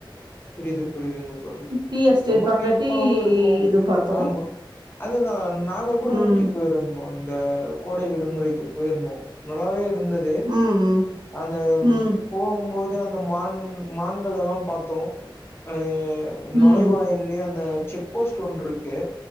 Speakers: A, on the left; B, on the right.
A: புரியுது புரியுதுன்னுக தோழி
B: டீ எஸ்டேட்
A: ரொம்ப
B: அங்க
A: வியப்பாவும்
B: டீ
A: இருக்கும்
B: இது
A: உம்
B: பாத்தோ
A: ஆமா அதுதான் நாங்க கூட
B: ம்
A: ஊட்டி போயிருந்தோம் இந்த கோடை விடுமுறைக்கு போயிருந்தோம் நல்லாவே இருந்தது
B: ம்
A: அந்த
B: ம் ம்
A: போகும்போது அந்த அந்த மான் மான்கள் எல்லாம் பார்த்தோம் ஆய் யா நுழைவாயிலயே
B: ம்
A: அந்த செக் போஸ்ட் ஒன்று இருக்கு